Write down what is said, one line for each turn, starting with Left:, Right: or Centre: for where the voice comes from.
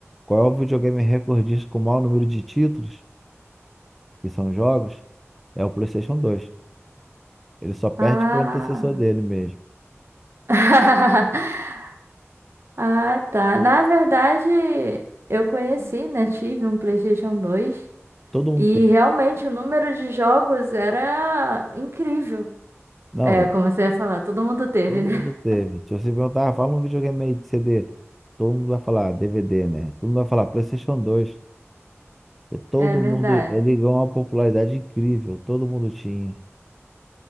Centre: qual é o videogame recordista com o maior número de títulos, que são jogos, é o PlayStation 2. Ele só perde
Right: Ah.
Centre: pro antecessor dele mesmo.
Right: <laughs> Ah, tá. Na verdade, eu conheci, né? Tive um PlayStation dois
Centre: Todo mundo
Right: e
Centre: teve.
Right: realmente o número de jogos era incrível.
Centre: Não,
Right: É, como você ia falar, todo mundo teve,
Centre: todo
Right: né?
Centre: mundo
Right: <laughs>
Centre: teve. Se você perguntar, ah, fala um videogame aí de CD, todo mundo vai falar DVD, né? Todo mundo vai falar PlayStation 2. E todo
Right: É verdade.
Centre: mundo, ele ganhou uma popularidade incrível, todo mundo tinha.